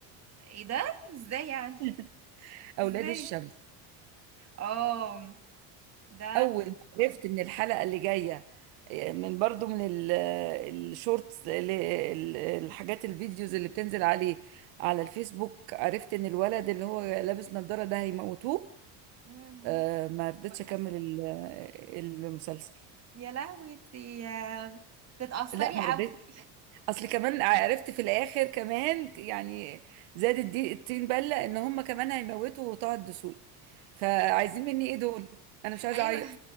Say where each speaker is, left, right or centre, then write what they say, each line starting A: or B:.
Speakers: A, on the right; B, on the right.
A: ايه ده ازاي يعني
B: <laughs> اولاد
A: ازاي
B: الشمس
A: اه ده
B: اول ما عرفت ان الحلقه اللي جايه آه، من برضو من ال- الشورتس ال- ال- الحاجات الفيديوز اللي بتنزل عليه على الفيسبوك عرفت ان الولد اللي هو لابس نظاره ده هيموتوه
A: مم.
B: آه، ما رضيتش
A: وقف
B: اكمل ال- آه، المسلسل
A: يا لهوي تي تتأثري
B: لا ما رضيتش
A: قوي
B: اصل كمان عرفت في الاخر كمان يعني زادت دي الطين بله ان هم كمان هيموتوا طه الدسوقي فعايزين مني ايه دول انا
A: <laughs>
B: مش عايزه
A: ايوه
B: اعيط